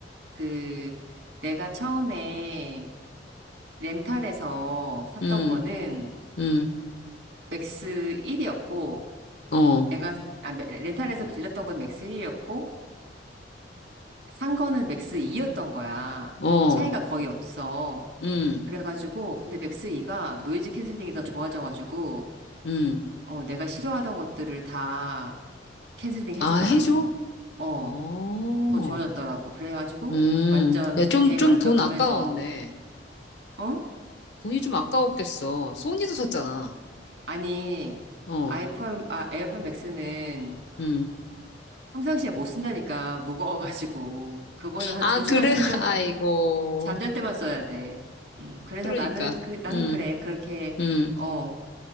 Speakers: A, on the right; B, on the left.
A: 그 내가 처음에 렌탈에서 샀던
B: 음,
A: 거는
B: 음,
A: 맥스 1이었고
B: 어,
A: 내가 아, 메- 렌탈해서 빌렸던 건 맥스3였고 산 거는 맥스2였던 거야.
B: 어,
A: 차이가 거의 없어.
B: 음,
A: 그래가지고 근데 맥스2가 노이즈 캔슬링이 더 좋아져가지고
B: 음.
A: 어, 내가 싫어하던 것들을 다 캔슬링 해주더라고.
B: 아, 해줘.
A: 어,
B: 어.
A: 더 좋아졌더라고. 그래가지고
B: 음,
A: 완전
B: 야, 좀,
A: 대만족하면서
B: 좀 돈 아까웠네.
A: 어?
B: 돈이 좀 아까웠겠어. 소니도 샀잖아.
A: 아니
B: 어,
A: 아이폰 아 에어팟 맥스는
B: 음.
A: 평상시에 못 쓴다니까 무거워가지고 그거는 한
B: 아,
A: 두 시간
B: 그래?
A: 쓰면
B: <laughs> 아이고.
A: 잠잘 때만 써야 돼. 음, 그래서
B: 그러니까.
A: 나는 그, 나는
B: 음,
A: 그래. 그렇게,
B: 음,
A: 어,